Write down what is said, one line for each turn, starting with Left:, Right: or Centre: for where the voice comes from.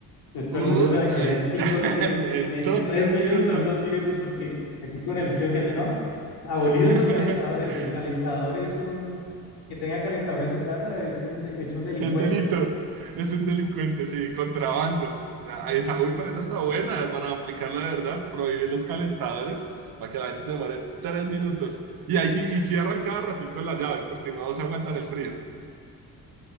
Left: Entonces todo
Right: Uh,
Left: el mundo se bañaría
Right: ay,
Left: en cinco,
Right: <laughs>
Left: en,
Right: en
Left: en
Right: dos
Left: tres
Right: mis
Left: minutos,
Right: minutos.
Left: dos minutos, porque aquí con el frío que hace, ¿no? Abolidos
Right: <laughs>
Left: los calentadores. El calentador es un, que tenga calentador en su casa es un, de- es un delincuente.
Right: Es delito, es un delincuente, sí, contrabando. Ah, Esa, uy, pero esa está buena para aplicarla de verdad, prohibir los calentadores para que la gente se demore tres minutos. Y ahí sí, y cierran cada ratico la llave porque no se aguantan el frío.